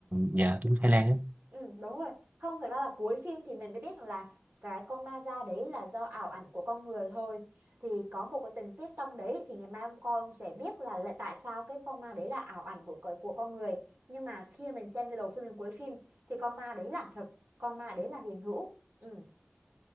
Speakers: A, on the right; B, on the right.
A: dạ đúng Thái Lan á.
B: Ừ, đúng rồi. Không, thật ra là cuối phim thì mình mới biết rằng là cái con ma da đấy là do ảo ảnh của con người thôi. Thì có một cái tình tiết trong đấy thì ngày mai ông coi ông sẽ biết là, là tại sao cái con ma đấy là ảo ảnh của con- của con người. Nhưng mà khi mình xem từ đầu phim đến cuối phim thì con ma đấy là thật, con ma đấy là hiện hữu. Ừ,